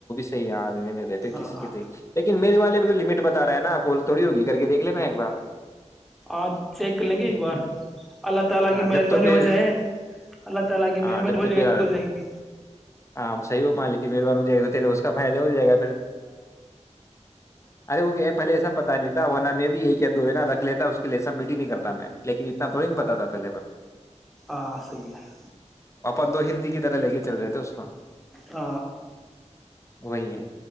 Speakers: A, on the left; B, in the centre.
A: <unintelligible> نہیں دے رہتےے کسی
B: ہاں
A: کی دیک لیکن میرے والے پ تو لمٹ بتا رہے نا آپ تھوڑی ہوگ کر کے دیکھ لینا ایک بار
B: اج چیک کریں گے ایک بار اللہ تعالی
A: ہاں
B: کی مہربانی
A: جب تو پھر
B: ہو جائے اللہ تعالی کی
A: ہاں
B: مہربانی
A: جب
B: ہو جائے
A: پھر
B: تو جائیں گے
A: ہاں صحیح ہو مالک کی مہربان ہو جائے گا تو تیرے اس کا فائدہ ہو جائے گا پھر ارے وہ کیا ہے، پہلے ایسا پتا نہیںتاناہ میں بھی ایک یا دو ہےا رکھ لیتا اس کے لیے سبمٹ ہی نہیں کرتا میں لیکن اتنا تھوڑی نہیں پتا تھا پہلے کو
B: آ صحیح ہے
A: اپن دو ہندی کی طرح لے کے چل رہے تھے اس کو
B: ہ
A: وہی ہے